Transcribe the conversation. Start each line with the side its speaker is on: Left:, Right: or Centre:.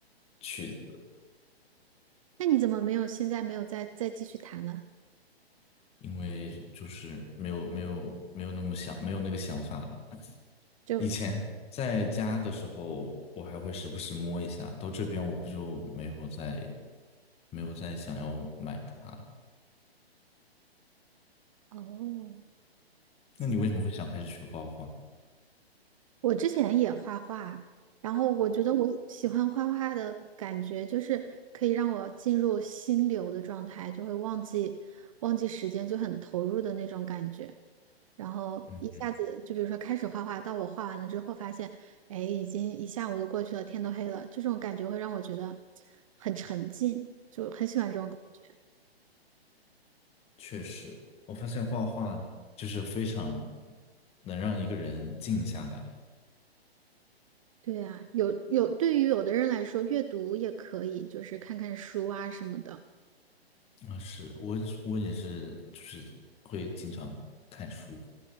Left: 曲子，
Right: 那你怎么没有现在没有再再继续弹了？
Left: 因为就是没有没有没有那么想，没有那个想法了。
Right: 就
Left: 以前在家的时候，我还会时不时摸一下，到这边我不就没有再没有再想要买它了。
Right: 哦，几
Left: 那你为什么会想开始学画画？
Right: 我之前也画画，然后我觉得我喜欢画画的感觉，就是可以让我进入心流的状态，就会忘记忘记时间，就很投入的那种感觉。然后一下子就比如说开始画画，
Left: 嗯，
Right: 到我画完了之后发现，哎，已经一下午都过去了，天都黑了，这种感觉会让我觉得很沉浸，就很喜欢这种感觉。
Left: 确实，我发现画画就是非常能让一个人静下来。
Right: 对呀，有有，对于有的人来说，阅读也可以，就是看看书啊什么的。
Left: 啊，是我我也是，就是会经常看书，